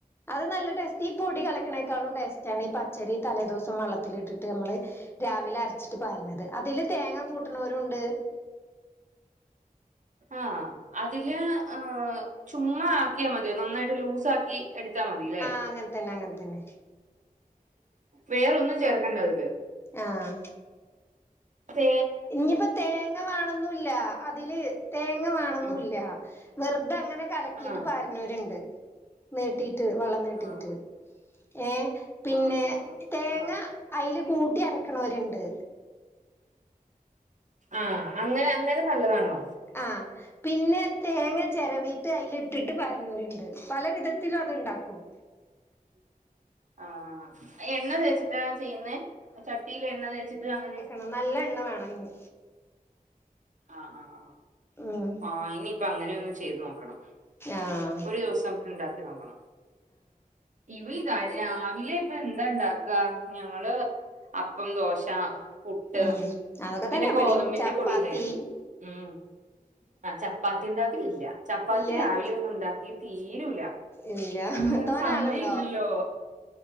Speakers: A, on the left; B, on the right.
A: അത് നല്ല ടേസ്റ്റ് ഈ പൊടി കലക്കിണേക്കാളും ടേസ്റ്റ് ആണ് ഈ പച്ചരി തലേദിവസം വള്ളത്തിലിട്ടിട്ട് അമ്മള് രാവിലെ അര്ച്ചിട്ട് പാര്ണത് അതില് തേങ്ങ കൂട്ടുണോരും ഉണ്ട്
B: ആഹ് അതില് ആഹ് ചുമ്മാ ആ ക്യാമതിയോ നന്നായ്ട്ട് ലൂസാക്കി എട്ത്താ മതിലെ?
A: അങ്ങൻത്തന്നെ അങ്ങൻത്തന്നെ.
B: വേറൊന്നും ചേർക്കണ്ടതില്.
A: ആഹ്.
B: തേ
A: ഇഞ്ഞിപ്പൊ തേങ്ങ വേണന്നുല്ല അതില് തേങ്ങ വേണന്നുല്ല.
B: ഉം.
A: വേർതെ അങ്ങനെ കലക്കിട്ട്
B: ആ
A: പാര്ന്നോര്ണ്ട് നീട്ടീട്ട് വള്ളം നീടീട്ട്.
B: ആ
A: ഏഹ് പിന്നെ
B: ആ ആ
A: തേങ്ങ
B: ആ
A: അയ്ല് കൂട്ടി അരക്ക്ണോര്ണ്ട്.
B: ആഹ് അങ്ങനെ അന്നേരം നല്ലതാണോ?
A: ആഹ്. പിന്നെ തേങ്ങ ചെരവീട്ട് അയ്ല് ഇട് ട്ട് പാര്ണോര്ണ്ട് പല വിധത്തിലും അത് ഇണ്ടാക്കും. ഉം.
B: <inaudible> ആഹ് അത് എണ്ണ തേച്ചിട്ടാ ചെയ്യ്ന്നേ? ചട്ടീല് എണ്ണ തേച്ച്ട്ട് അങ്ങനെ.
A: ആഹ്‌ നല്ല എണ്ണ വേണം അയ്ന്.
B: ആഹ് ആഹ്
A: ഉം
B: ആ ആ ഇനിപ്പൊ അങ്ങനൊന്ന് ചെയ്ത് നോക്കണം.
A: ആഹ്.
B: ഒരു ദിവസം ഇണ്ടാക്കി നോക്കണം. ഇവ രാവിലെ ഇപ്പൊ എന്താ ഇണ്ടാക്കാ ഞങ്ങള് അപ്പം, ദോശ, പുട്ട്,
A: ഉം അതൊക്കെ
B: പിന്നെ
A: തന്നെ ഇവിടേം
B: ഗോതമ്പിന്റെ
A: ചപ്പാത്തി
B: പൊടില്ലേ? ഉം ആ ചപ്പാത്തി ഇണ്ടാക്കലില്ല ചപ്പാത്തി
A: ഇല്ല
B: രാവിലെ ഒന്നും ഇണ്ടാക്കി തീരൂല.
A: ഇല്ല
B: ആഹ്
A: തോനെ
B: സമയല്ലല്ലോ
A: ആളുണ്ടോ